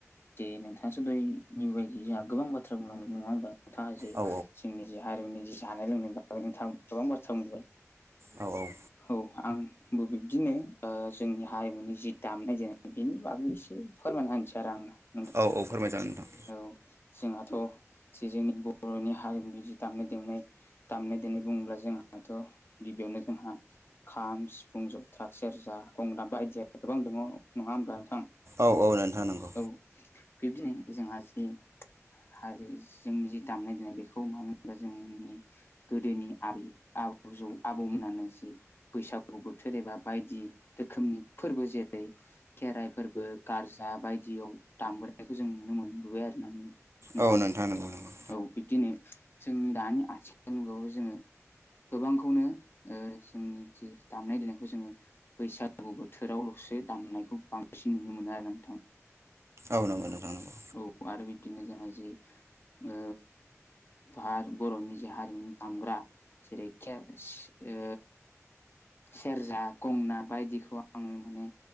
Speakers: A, on the left; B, on the right.
A: जे नोंथाङासो दहाय निउ बायदि जोंहा गोबां बाथ्रा बुंलांनाय नङा होमबा थाङा जि
B: औ
A: जोंनि जि हारिनि जि जानाय लोंनायनि बागै नोंथांङा गोबां बाथ्रा बुंबाय।
B: औ औ
A: औ आंबो बिब्दिनो ओ जोंनि हारिमुनि जि दामनाय देनाय बेनि बागै एसे फोरमायना होनोसै आरो आं
B: औ औ फोरमायजागोन नोंथां
A: औ जोंहाथ' जि जोंनि बर'नि हारिमुनि जि दामनाय देनाय दामनाय देनाय बुङोब्ला जोंहाथ' गिबियावनो जोंहा खाम सिफुं जथा सेरजा गंगोना बायदिया गोबां दङ नङा होमब्ला नोंथां
B: औ औ नोंथां नंगौ
A: औ बिब्दिनो जोंहा जि हारि जोंनि जि दामनाय देनाय बेखौ मानो होनोबा जोंनि गोदोनि आब-आबौ आबौमोनानो जि बैसा गु बोथोर एबा बायदि रोखोमनि फोरबो जेरै खेराइ फोरबो गारजा बाय दियाव दामबोनायखौ जों नुनो मोनबोबाय आरोना नोंथां
B: औ नोंथां नंगौ नंगौ
A: औ बिब्दिनो जोंनि दानि आथिखाल मुगायावबो जोङो गोबांखौनो ओ जोंनि जि दामनाय देनायखौ जोङो बैसागु बोथोरावल'सो दामनायखौ बांसिन नुनो मोनो आरो नोंथां
B: औ नंगौ नोंथां नंगौ
A: औ आरो बिबदिनो जोंहा जि ओ फार बर'नि जे हारिमुनि दामग्रा जेरै के सि ओ सेरजा गंना बायदिखौ आङो माने